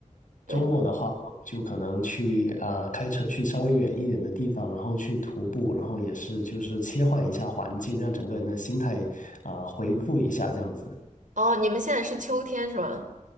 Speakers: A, on the right (about 75°); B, on the left (about 75°).
A: 对。
B: 周末的话，我就可能去呃开车去稍微远一点的地方，然后去徒步，然后也是就是切换一下环境，让整个人的心态啊、呃回复一下这样子。
A: 哦，你们现在是秋天是吗？